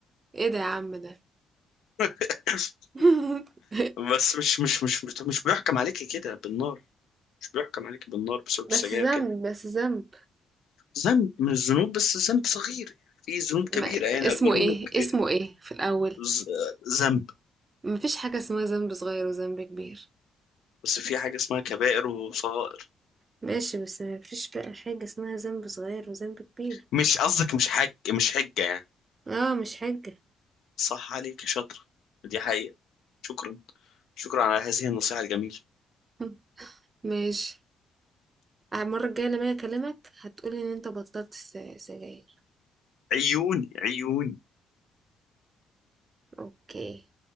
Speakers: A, on the right; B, on the left.
A: ايه ده يا عم ده
B: <coughs>
A: <laughs>
B: بس مش مش مش مش بيحكم عليك كده بالنار مش بيحكم عليك بالنار بسبب
A: بس
B: السجاير
A: ذنب
B: كده
A: بس ذنب
B: ذنب من الذنوب بس ذنب صغير في ذنوب كبيره
A: ما-
B: يعني
A: اسمه
B: اكبر
A: ايه
B: منه بكتير
A: اسمه ايه في الاول
B: ز- ذنب
A: مفيش حاجة اسمها ذنب صغير وذنب كبير
B: بس في حاجه اسمها كبائر وصغائر
A: ماشي بس مفيش بقى حاجة اسمها ذنب صغير وذنب كبير
B: مش قصدك مش حج مش حجه يعني
A: اه مش حاجة
B: صح عليك يا شاطره دي حقيقه شكرا شكرا على هذه النصيحه الجميله
A: <laughs> ماشي المرة الجاية لما أجي أكلمك هتقولي إن أنت بطلت الس- سجاير
B: عيون عيون
A: أوكي